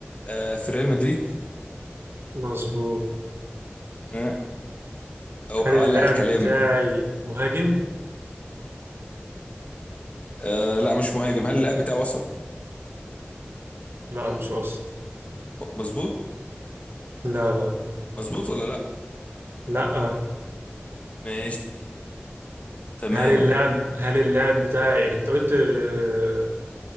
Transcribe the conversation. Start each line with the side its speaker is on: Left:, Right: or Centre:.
Left: آه في ريال مدريد
Right: مظبوط
Left: آه. او
Right: هل
Left: ولع
Right: اللاعب
Left: الكلام
Right: بتاعي مهاجم؟
Left: آه لا مش مهاجم هل اللاعب بتاعي وسط
Right: لا مش وسط
Left: مظبوط
Right: لا لا
Left: مظبوط ولا لا
Right: لا آه.
Left: ماشي تمام
Right: هل اللاعب هل اللاعب بتاعي انت قلت آه،